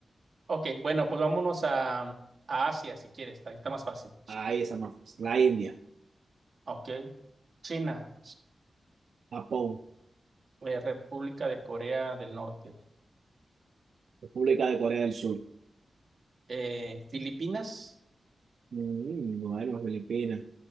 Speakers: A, on the right (about 40°); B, on the right (about 75°).
A: Ok, bueno, pues vámonos a, a Asia si quieres. Ahí está más fácil.
B: Ahí esa más fácil. La India,
A: Ok. China,
B: Japón,
A: eh, República de Corea del Norte.
B: República de Corea del Sur.
A: Eh, Filipinas.
B: Mm, bueno, Filipinas.